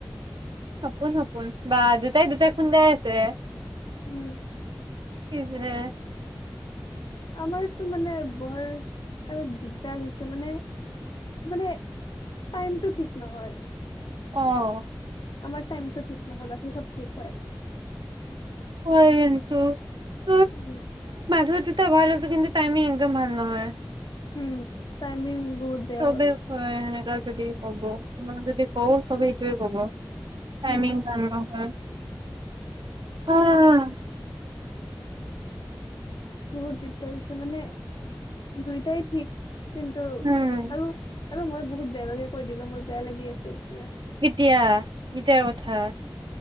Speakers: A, on the right; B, on the left.
A: সপোন-সপোন। বা দুটাই-দুটাই খুন্দাই আছে
B: উম।
A: কি যে।
B: আমাৰতো মানে বৰ অলপ দিগদাৰ হৈছে মানে, মানে টাইমতটো ঠিক নহয়।
A: অ'।
B: আমাৰ টাইমটো ঠিক নহয়, বাকী চব ঠিক হয়।
A: <unintelligible>
B: কিমান
A: দুই‌ দুটা বঢ়াই লৈ লৈছ কিন্তু টাইমিং একদম ভাল নহয়।
B: উম, টাইমিং। বহুত বেয়া
A: চবেই
B: হ'ল।
A: থই এনেকা যদি কব, তোমাক যদি কওঁ ছবেই এইটোৱেই কব। টাইমিং
B: উম,
A: ভাল নহয়। অ', আহ।
B: বহুত দিগদাৰ হৈছে মানে, দুইটাই ঠিক কিন্তু,
A: উম
B: আৰু আৰু মই বহুত বেয়া বেয়াকৈ দিলোঁ মোৰ বেয়া লাগি আছে এতিয়া।
A: ইতিয়া কেতিয়াৰ‌ কথা?